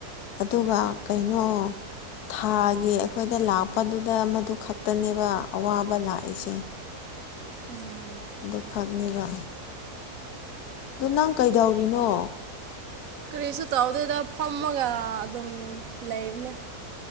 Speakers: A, on the left (about 75°); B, on the right (about 65°).
A: ꯑꯗꯨꯒ ꯀꯩꯅꯣ ꯊꯥꯒꯤ ꯑꯩꯈꯣꯏꯗ ꯂꯥꯛꯄꯗꯨꯗ ꯃꯗꯨ ꯈꯛꯇꯅꯦꯕ ꯑꯋꯥꯕ ꯂꯥꯛꯏꯁꯦ
B: ꯎꯝ
A: ꯑꯗꯨ ꯈꯛꯅꯦꯕ ꯑꯗꯣ ꯅꯪ ꯀꯩꯗꯧꯔꯤꯅꯣ
B: ꯀꯔꯤꯁꯨ ꯇꯧꯗꯦꯗ ꯐꯝꯃꯒ ꯑꯗꯨꯝ ꯂꯩꯕꯅꯦ